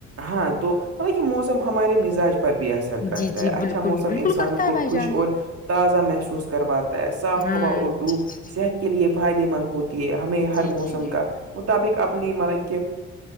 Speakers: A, on the right; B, on the left.
A: ہاں تو مطلب کہ موسم ہمارے مزاج پر بھی ایسا کرتا
B: جی جی
A: ہے اچھا
B: بالکل
A: موسم
B: بالکل
A: انسانوں
B: کرتا ہے
A: کو
B: بھائی
A: خوش
B: جان
A: اور تازہ محسوس کرواتا ہے صاف
B: ہوں
A: ہوا اور دکھ
B: جی جی
A: صحت کے لیے فائدے مند ہوتی ہے ہمیں
B: جی
A: ہر
B: جی
A: موسم
B: جی
A: کا مطابق اپنی مطلب کہ